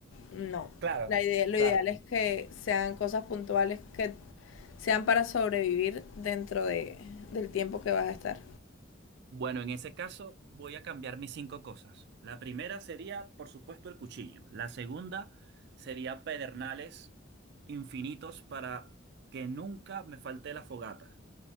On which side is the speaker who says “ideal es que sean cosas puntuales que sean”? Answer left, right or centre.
Left